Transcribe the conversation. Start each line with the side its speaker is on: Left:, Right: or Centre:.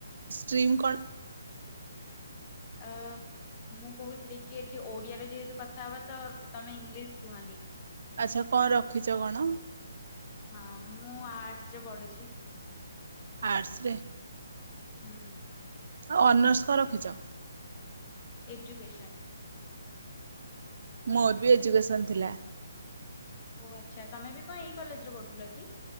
Right: Stream କଣ?
Left: ଅ ମୁଁ କହୁଥିଲି କି ଏଠି ଓଡ଼ିଆରେ ଯେହେତୁ କଥାହବା ତମେ ଇଂଲିଶ କୁହନି।
Right: ଆଚ୍ଛା କଣ ରଖିଚ କଣ?
Left: ହଁ ମୁଁ ଆର୍ଟସ ରେ ପଢୁଛି।
Right: ଆର୍ଟସରେ
Left: ହୁଁ।
Right: ଆଉ ଅନର୍ସ କଣ ରଖିଚ?
Left: ଏଜୁକେସନ୍
Right: ମୋର ବି ଏଜୁକସନ ଥିଲା।
Left: ଓ ଆଚ୍ଛା ତମେ ବି କଣ ଏଇ କଲେଜରେ ପଢୁଥିଲ କି?